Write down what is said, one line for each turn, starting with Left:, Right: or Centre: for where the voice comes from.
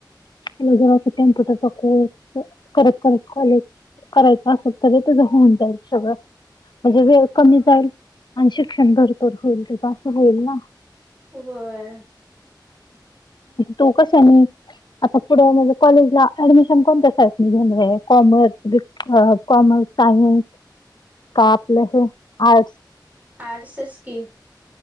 Left: तला जव अस कम्प्युटरचा कोर्स करत करत कॉलेज करायचं असल तर तूझ होऊन जाईल सगळं. म्हणजे वेळ
Right: हा
Left: कमी जाईल, आणि शिक्षण भरपूर होईल, तुझं असं होईल ना.
Right: होय.
Left: तू कशनी पुढे म्हणजे कॉलेजला ऍडमिशन कोणतस साईटनी घेणारे कॉमर्स कॉमर्स सायन्स का आपलं हे आर्टस्.
Right: आर्टस् च की.